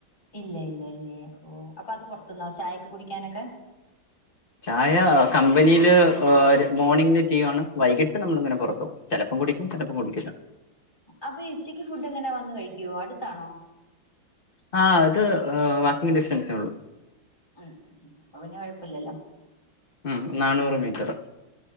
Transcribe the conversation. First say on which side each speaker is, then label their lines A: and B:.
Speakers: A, on the left; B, on the left.
A: ഇല്ല ഇല്ല ഇല്ലേ ഓ അപ്പൊ അത് പുറത്തുന്നോ ചായൊക്കെ കുടിക്കാനൊക്കെ
B: ചായ കമ്പനിയില് മോർണിംഗില് ടീ ആണ് വൈകിട്ട് നമ്മളിങ്ങനെ പുറത്ത പോകും ചെലപ്പം കുടിക്കും ചെലപ്പം കുടിക്കില്ല
A: അപ്പൊഈ ഉച്ചക്ക് ഫുഡ് എങ്ങനെ വന്ന കഴിക്കുവോ അടുത്താണോ
B: ആഹ് ഇത് വാക്കി് ഡിസ്റ്റൻസേ ഉള്ളു
A: ഉം ഉ അപ്പ പിന്നെ കുഴപ്പില്ലല്ലോ
B: ഉം നാനൂറ് മീറ്ററ്